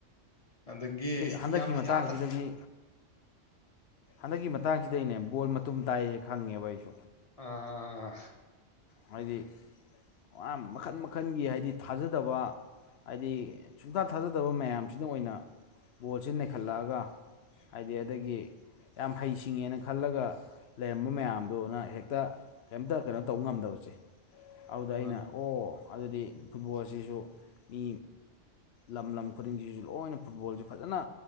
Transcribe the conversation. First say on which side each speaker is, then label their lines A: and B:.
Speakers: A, on the left; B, on the left.
A: ꯑꯗꯒꯤ
B: ꯍꯟꯗꯛꯀꯤ
A: ꯌꯥꯝ
B: ꯃꯇꯥꯡꯁꯤꯗꯒꯤ
A: ꯏꯊꯥ
B: ꯍꯟꯗꯛꯀꯤ ꯃꯇꯥꯡꯁꯤꯗꯅꯦ ꯕꯣꯜ ꯃꯇꯨꯝ ꯇꯥꯏꯁꯦ ꯈꯪꯉꯦꯕ ꯑꯩꯁꯨ
A: ꯑꯥ ꯑꯥ ꯑꯥ
B: ꯍꯥꯏꯗꯤ ꯌꯥꯝ ꯃꯈꯟ ꯃꯈꯜꯒꯤ ꯍꯥꯏꯗꯤ ꯊꯥꯖꯗꯕ ꯍꯥꯏꯗꯤ ꯁꯨꯡꯇꯥ ꯊꯥꯖꯗꯕ ꯃꯌꯥꯝꯁꯤꯅ ꯑꯣꯏꯅ ꯕꯣꯜꯁꯤ ꯅꯩꯈꯠꯂꯛꯑꯒ ꯍꯥꯏꯗꯤ ꯑꯗꯒꯤ ꯌꯥꯝ ꯍꯩꯁꯤꯡꯉꯦꯅ ꯈꯜꯂꯒ ꯂꯩꯔꯝꯕ ꯃꯌꯥꯝꯗꯨꯅ ꯍꯦꯛꯇ ꯀꯔꯤꯝꯇ ꯀꯩꯅꯣ ꯇꯧꯕ ꯉꯝꯗꯕ ꯆꯠ ꯑꯗꯨꯗ ꯑꯩꯅ
A: ꯃꯥꯅꯦ
B: ꯑꯣ ꯑꯗꯨꯗꯤ ꯐꯨꯠꯕꯣꯜ ꯑꯁꯤꯁꯨ ꯃꯤ ꯂꯝ ꯂꯝ ꯈꯨꯗꯤꯡꯁꯤꯁꯨ ꯂꯣꯏꯅ ꯐꯨꯠꯕꯣꯜꯁꯦ ꯐꯖꯅ